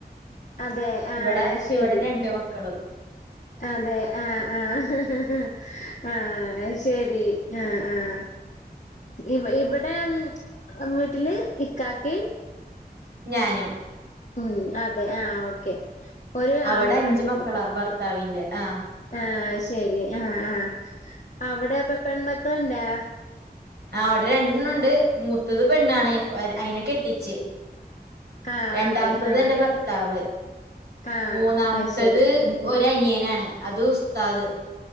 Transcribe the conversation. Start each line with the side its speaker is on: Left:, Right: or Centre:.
Left: അതെ ആഹ്
Right: ഇവിടെ
Left: ശരി
Right: ഇവിടെ രണ്ട് മക്കളും
Left: അതെ ആഹ് ആഹ് ആത് ശരി ആഹ് ആഹ് ഇ ഇവിടെ വീട്ടില് ഇക്കാക്കേം?
Right: ഞാനും
Left: ഉം അതെ ആ ഓക്കെ ഒരു
Right: അവിടെ
Left: ആണും ഒരു
Right: അഞ്ചു
Left: പെണ്ണും
Right: മക്കളാ
Left: ഉണ്ട്
Right: ഭർത്താവിന്റെ ആ
Left: ആഹ് ശരി ആ ആ അവിടെ ഇപ്പ പെൺമക്കളുണ്ടാ?
Right: ആ അവിടെ രണ്ടെണ്ണുണ്ട് മൂത്തത് പെണ്ണാണ് അയിനെ കെട്ടിച്ച്
Left: ആഹ്
Right: രണ്ടാമത്തത്
Left: അതെ ആഹ്
Right: എന്റെ ഭർത്താവ്
Left: ആഹ്
Right: മൂന്നാമത്തത്
Left: അത് ശരി
Right: ഒരനിയനാണ് അത് ഉസ്താത്